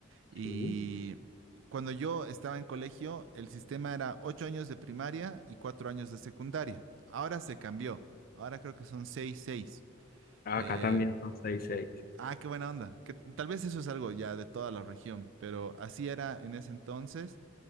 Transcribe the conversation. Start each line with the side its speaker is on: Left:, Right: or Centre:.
Right: y
Left: Sí.
Right: cuando yo estaba en colegio, el sistema era 8 años de primaria y 4 años de secundaria. Ahora se cambió, ahora creo que son 6 seis
Left: Ah,
Right: Eh,
Left: Acá también son seis seis,
Right: ah, qué buena onda. que tal vez eso es algo ya de toda la región, pero así era en ese entonces.